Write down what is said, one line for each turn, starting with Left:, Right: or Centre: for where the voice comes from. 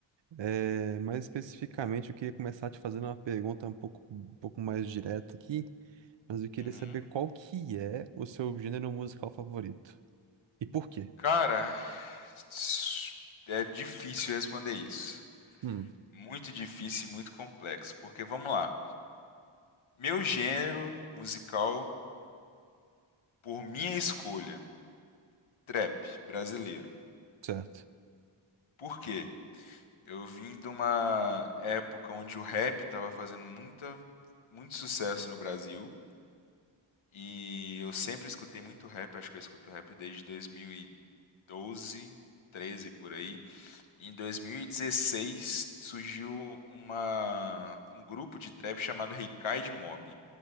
Right: É, mais especificamente, eu queria começar te fazendo uma pergunta um pouco, um pouco mais direta aqui, mas eu queria
Left: Uhum.
Right: saber qual que é o seu gênero musical favorito. E por quê?
Left: Cara, s- é difícil responder isso.
Right: Hum,
Left: Muito difícil e muito complexo. Porque vamos lá. Meu gênero musical, por minha escolha, trap brasileiro.
Right: certo.
Left: Por quê? Eu vim de uma época onde o rap estava fazendo muita, muito sucesso no Brasil. E eu sempre escutei muito rap, acho que eu escuto rap desde 2012, 13 por aí. E em 2016 surgiu uma, um grupo de trap chamado Ricide Mob.